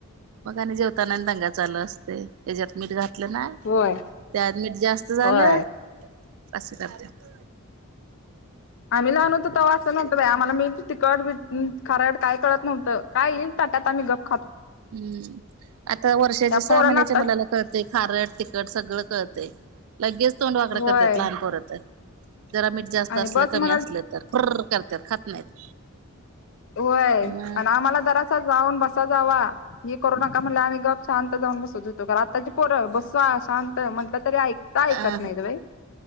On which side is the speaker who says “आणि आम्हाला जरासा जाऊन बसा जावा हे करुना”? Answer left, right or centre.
Left